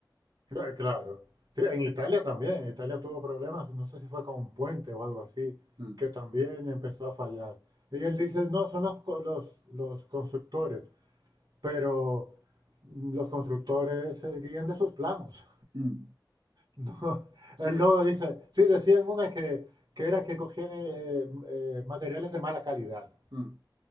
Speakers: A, on the right (about 65°); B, on the right (about 85°).
A: Cla- Claro. Sí, en Italia también. Italia tuvo problemas, no sé si fue con un puente o algo así,
B: Mm,
A: que también empezó a fallar. Y él dice, no, son los, co- los, los constructores, pero mm, los constructores se guían de sus planos.
B: <laughs>
A: No, <laughs>
B: Sí,
A: él no dice. Sí, decían una que, que era que cogían eh, eh, materiales de mala calidad,
B: mm,